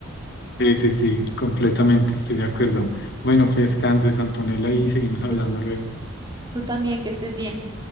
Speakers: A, on the left; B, on the right.
A: Sí, sí, sí, completamente, estoy de acuerdo. Bueno, que descanses, Antonella, y seguimos hablando
B: Tú,
A: luego.
B: tú también, que estés bien.